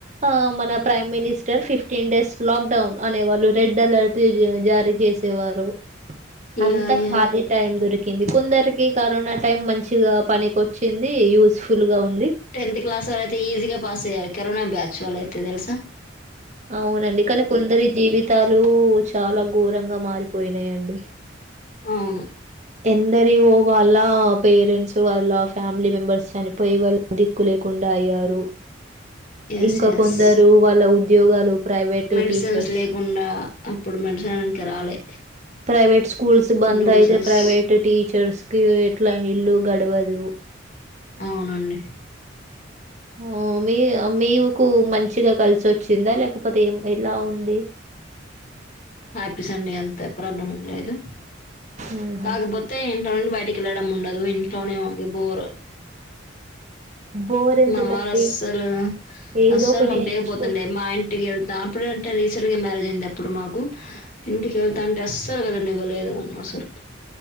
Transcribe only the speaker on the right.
ఆ మన ప్ర మినిస్టర్ ఫిఫ్టీన్ డేస్ లాక్డౌన్ అనే వాళ్ళు రెడ్ అలర్ట్ జారీ చేసేవారు
అంత
ఖాళీ టైమ్ దొరి కొందరికి కరోనా టైం మంచిగా పనిక వచ్చింది యూజఫుల్ గా ఉ
అవునండి కానీ కొందరి జీవితాలు చాలా ఘోరంగా మారిపోయినాయంండి
ఎందరియో వాళ్ళ పేరెంట్స్ వాళ్ళ ఫ్యామిలీ మెంబర్స్ చనిపోయి వాళ్ళ దిక్కు లేకుండా అయ్యారు.
ఇంకా
కొందరు వాళ్ళ ఊ.. ఉద్యోగాలు. ప్రైవేట్
టీచర్స్
ప్రైవే సూక్. స్కూల్స్ బంద
ఆయితే? ప్రైవేట్ టీచర్స్.. ఎట్లా ఇల్లు గడవదు.
ఓమీ. మీకు మంచిగా కలిసి వచ్చిందా లేకపోతే ఏం ఎలా ఉంది.
మ్మ్.
బోర్ ఎందుకండి
ఏదో
ఒకటి
నేర్చుకోవచ్చు